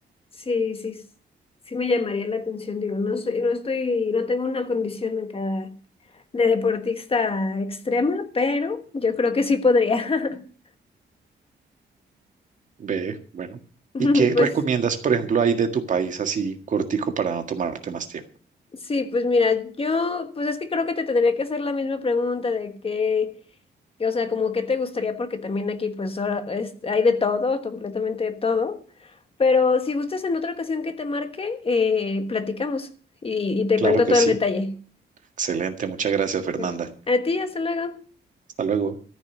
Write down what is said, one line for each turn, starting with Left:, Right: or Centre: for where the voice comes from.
Left: sí, sí, s- sí me llamaría la atención, digo, no soy, no estoy, no tengo una condición acá de deportista extrema, pero yo creo que sí podría. <laughs>
Right: Ve, bueno.
Left: <laughs>
Right: ¿Y qué
Left: Pues
Right: recomiendas, por ejemplo, ahí de tu país así cortico para no tomarte más tiempo?
Left: sí, pues mira, yo, pues es que creo que te tendría que hacer la misma pregunta de qué, que, o sea, como qué te gustaría, porque también aquí pues ahora es- hay de todo, completamente de todo, pero si gustas en otra ocasión que te marque, eh, platicamos y, y te
Right: Claro
Left: cuento
Right: que
Left: todo
Right: sí.
Left: el detalle.
Right: Excelente. Muchas gracias, Fernanda.
Left: ¿Vale? A ti, hasta luego.
Right: Hasta luego.